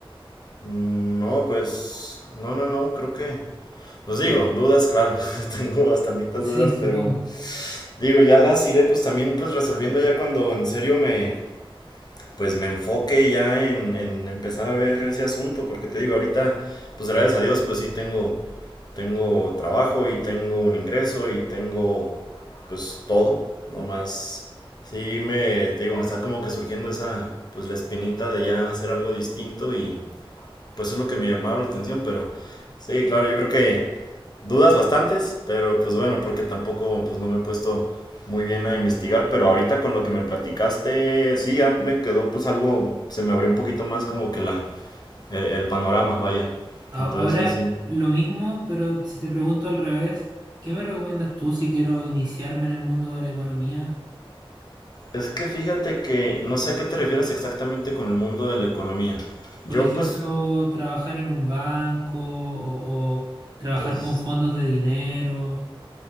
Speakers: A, on the left; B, on the right.
A: Mm, No, pues no, no, no, creo que... Pues digo, dudas, claro, <laughs> tengo bastantitas
B: Sí,
A: dudas,
B: supongo.
A: pero digo, ya las iré pues también pues resolviendo ya cuando en serio me pues me enfoque ya en, en empezar a ver ese asunto, porque te digo, ahorita pues gracias a Dios pues sí tengo tengo trabajo y tengo un ingreso y tengo pues todo, nomás sí me te digo, me está como que surgiendo esa pues la espinita de ya hacer algo distinto y pues es lo que me llamaba la atención, pero sí, claro, yo creo que dudas bastantes, pero pues bueno, porque tampoco pues no me he puesto muy bien a investigar, pero ahorita con lo que me platicaste, sí, ya me quedó pues algo, se me abrió un poquito más como que la, eh, el panorama, vaya.
B: A-
A: Entonces
B: Ahora,
A: sí, sí.
B: lo mismo, pero si te pregunto al revés, ¿qué me recomiendas tú si quiero iniciarme en el mundo de la economía?
A: Es que fíjate que no sé a qué te refieres exactamente con el mundo de la economía. Yo
B: Por ejemplo,
A: pues,
B: trabajar en un banco o, o trabajar
A: uf,
B: con fondos de dinero.